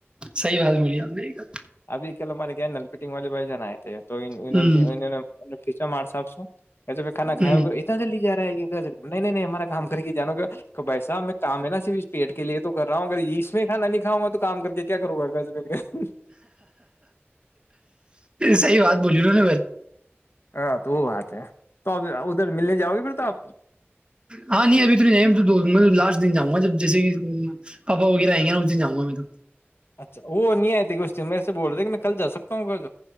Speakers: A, on the right (about 25°); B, on the left (about 65°).
A: صحی بات بولی ہم نے ایک دم
B: ابھی کےل مرے ن ال فٹنگ والے بائی جان آئے ہیں تو ان
A: دم
B: ان سے انوں نے ا کھیچا مرسا آپ سے جس پھر کھا کا
A: ہ
B: گا اتنا جلدی جا ہے گ نہیں نہیں نہیں ہمارا کام کر کے جانو گا بھائی صاحب میں کام ہے نا صرف اس پیٹ کے لیے تو کر رہا ہوں اگر اس میں کھانا نہیں کھاؤںا تو کام کر کے کیا کروں گا گ
A: صحی بات بولی نا نا
B: ہاں تو وہ بات ہے تو اب ادھر ملنے جاؤ گ پھر تو آپ
A: ہاں نہیں ابھی تو نہیں ج تو لاسٹ دن جاں گا جب جیسے کہ پاپا وغیرہ آئیں گے ن اس دن جاؤں گا میں تو
B: اچھا وہ نہیں آئی ت کچ دن میں سے بول رہے کہ میں کل جا سکتا ہوں گ